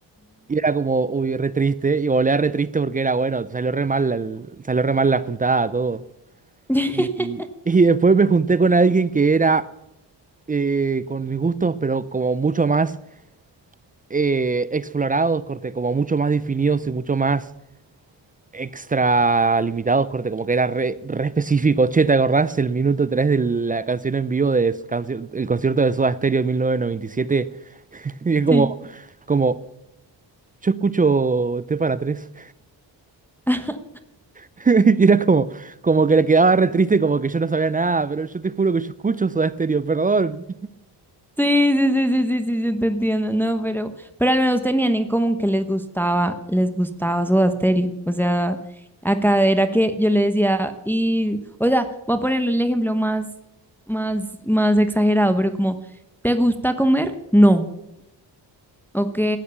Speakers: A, on the right (about 20°); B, in the centre.
A: y era como, uy, re triste y volvía re triste porque era bueno, salió re mal, la- salió re mal la juntada, todo.
B: <laughs>
A: Y, y- después me junté con alguien que era eh, con mis gustos, pero como mucho más eh, explorados, corte, como mucho más definidos y mucho más extra limitados, corte, como que era re, re específico. Che, ¿te acordás el minuto 3 de la canción en vivo del el concierto de Soda Stereo en 1997? Y siete? <laughs> Y es como,
B: Sí.
A: como, yo escucho T para tres
B: <laughs>
A: <laughs> Y era como, como que le quedaba re triste, como que yo no sabía nada, pero yo te juro que yo escucho Soda Stereo, perdón.
B: Sí, sí, sí, sí, sí, sí, sí, te entiendo. No, pero, pero al menos tenían en común que les gustaba, les gustaba Soda Stereo. O sea, acá era que yo le decía, y, o sea, voy a ponerle el ejemplo más, más, más exagerado, pero como, ¿te gusta comer? No. ¿Ok?